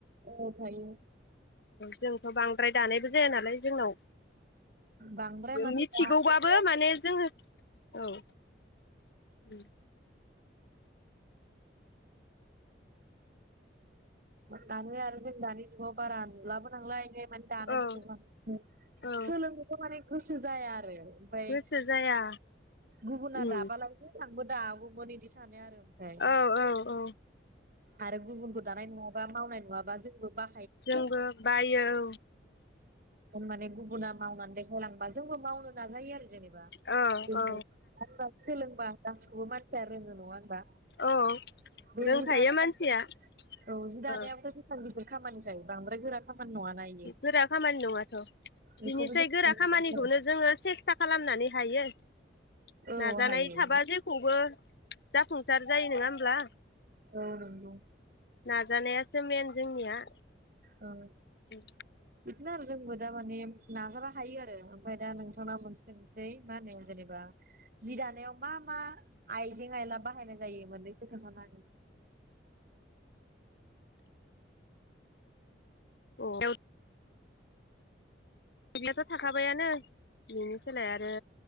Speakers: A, on the right (about 45°); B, on the left (about 60°).
A: औ थायो
B: जोंथ' बांद्राय दानायबो जाया नालाय जोंनाव
A: बांद्राय माने
B: मिथिगौबाबो
A: दानाय जायाखै
B: माने जोङो औ उम
A: दालाय आरो जों दानि जुगआव बारा नुलाबो नांलाय माने दानायफोरखौबो
B: औ औ
A: म <inaudible>
B: औ
A: सोलोंनायखौ माने गोसो जाया आरो। ओमफाय
B: गोसो जाया
A: गुबुना
B: उम
A: दाबालायनो बो दागौमोन इदि सानो आरो ओमफाय
B: औ औ औ
A: आरो गुबुनखौ दानाय नुवा मावनाय नुङाबा जोंबो बा
B: जोंबो बायो औ
A: माने गुबुना मावनानै देखायलांबा जोंबो मावनो नाजायो आरो। जेनेबा
B: औ
A: <unintelligible>
B: औ
A: सोलोंबा गा <inaudible> खौबो मानसि रोङो नङा होनबा?
B: औ
A: बे
B: रोंखायो
A: जि दानाया
B: मानसिया।
A: औ
B: औ
A: जि दानायाबोथ' <inaudible> बे खामानिफ्राय बांद्राय गोरा खामानि नङाना इयो
B: गोरा खामानि नङाथ'
A: बेखौबो
B: बिनिसै
A: जों मावनो
B: गोरा खामानिखौनो
A: हायो
B: जोङो सेस्था खालामनानै हायो ।
A: आरो।
B: नाजानाय
A: औ हायो
B: थाबा जेखौबो जाफुंसार जायो नङा होमब्ला?
A: औ नंगौ
B: नाजानायासो मेन जोंनिया।
A: ओं
B: उम
A: इनो आरो जोंबो दा माने नाजाबा हायो आरो ओमफ्राय दा नोंथांनाव मोन सोंसै मा होनो जेनेबा जि दानायाव मा मा आइजें आयला बाहायनाय जायो मोननैसो खोन्थाना हागोनना
B: औ <unintelligible> <unintelligible> याथ' थाखाबायानो । बिनि सोलाय आरो